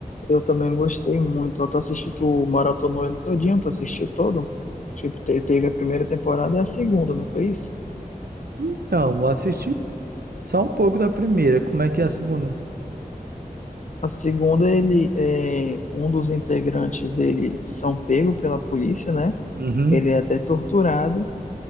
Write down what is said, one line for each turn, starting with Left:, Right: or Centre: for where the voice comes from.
Left: Eu também gostei muito. Eu tô assistindo, tu maratonou ele todinho, tu assistiu todo? Tipo, te- teve a primeira temporada e a segunda, não foi isso?
Right: Então, vou assistir só um pouco da primeira. Como é que é a segunda?
Left: A segunda, ele é um dos integrantes dele são pego pela polícia, né?
Right: Uhum.
Left: Ele é até torturado.